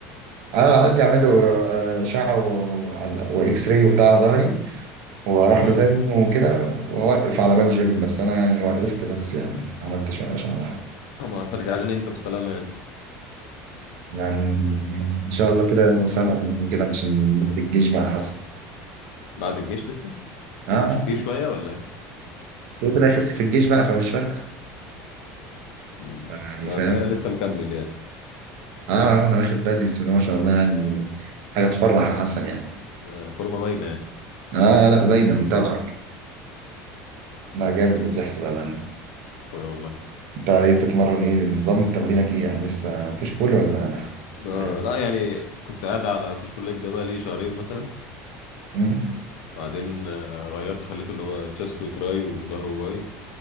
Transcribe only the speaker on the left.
اه
طب هترجع لنا انت بالسلامه يعني
بعد الجيش لسه
مش كتير شويه ولا ايه
مم.
انا
الحقيقه لسه مكمل يعني
آه، فورمه باينه يعني
اخويا والله
اه
لا يعني كنت قاعد على بوش بول ليج ده بقى لي شهرين مثلا
بعدين آه، غيرت خليته اللي هو تشيست وتراي وظهر وباي